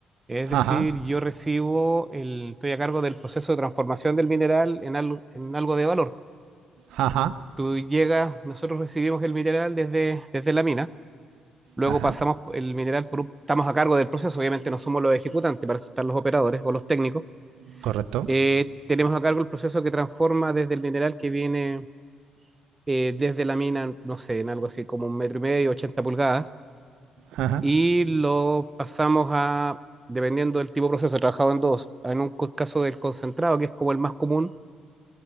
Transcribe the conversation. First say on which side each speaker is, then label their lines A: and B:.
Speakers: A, on the right; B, on the right.
A: es decir,
B: Ajá,
A: yo recibo el, estoy a cargo del proceso de transformación del mineral en algo, en algo de valor.
B: ajá,
A: Tú llegas, nosotros recibimos el mineral desde, desde la mina, luego
B: ajá,
A: pasamos el mineral por un- estamos a cargo del proceso, obviamente no somos los ejecutantes, para eso están los operadores o los técnicos.
B: correcto.
A: Eh, tenemos a cargo el proceso que transforma desde el mineral que viene eh, desde la mina, no sé, en algo así como un metro y medio, 80 pulgadas,
B: Ajá,
A: y lo pasamos a, dependiendo del tipo de proceso, he trabajado en dos, en un co- caso del concentrado, que es como el más común